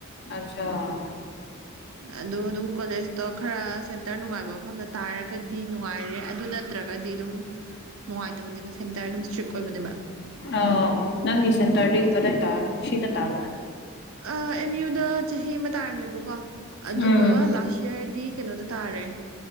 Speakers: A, on the left (about 50°); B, on the right (about 75°).
A: ꯑꯆꯥꯥ
B: ꯑꯗꯣ ꯑꯗꯨꯝ ꯀꯣꯂꯦꯖꯇꯣ ꯈꯔ ꯁꯦꯟꯇꯔ ꯅꯨꯡꯉꯥꯏꯕ ꯃꯐꯝꯗ ꯇꯥꯔꯒꯗꯤ ꯅꯨꯡꯉꯥꯏꯔꯦ ꯑꯗꯨꯅ ꯅꯠꯇ꯭ꯔꯒꯗꯤ ꯑꯗꯨꯝ ꯅꯨꯡꯉꯥꯏꯇꯕꯅꯦꯕ ꯁꯦꯟꯇꯔ ꯑꯗꯨꯝ ꯏꯁꯇ꯭ꯔꯤꯛ ꯑꯣꯏꯕꯅꯦꯕ
A: ꯑ ꯑꯣ ꯅꯪꯒꯤ ꯁꯦꯟꯇꯔꯗꯤ ꯀꯗꯥꯏ ꯇꯥꯏ ꯁꯤꯗ ꯇꯥꯕ꯭ꯔꯥ
B: ꯑꯦꯝ ꯌꯨꯗ ꯆꯍꯤ ꯑꯃ ꯇꯥꯔꯝꯃꯦꯕꯀꯣ ꯑꯗꯨꯒ
A: ꯎꯝ
B: ꯂꯥꯁ ꯌꯔꯗꯤ ꯀꯩꯅꯣꯗ ꯇꯥꯔꯦ